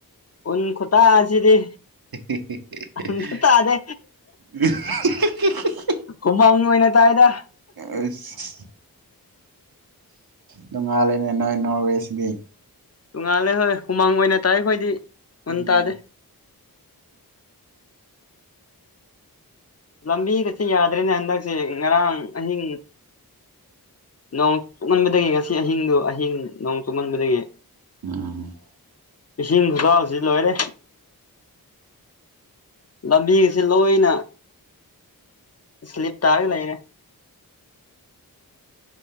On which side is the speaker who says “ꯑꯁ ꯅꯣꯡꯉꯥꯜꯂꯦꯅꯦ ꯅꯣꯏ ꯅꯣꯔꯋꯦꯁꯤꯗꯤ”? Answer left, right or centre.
Right